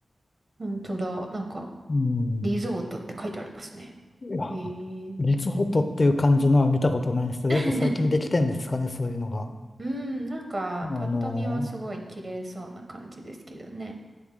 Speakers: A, on the right (about 35°); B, on the left (about 40°).
A: 本当だ。なんか、
B: うん。
A: リゾートって書いてありますね。
B: いや、
A: へー。
B: リゾートっていう感じのは見たことないですけど、
A: <laughs>
B: やっぱ最近できてんですかね、そういうのが。
A: うん、なんか、
B: あの、
A: パッと見はすごい綺麗そうな感じですけどね。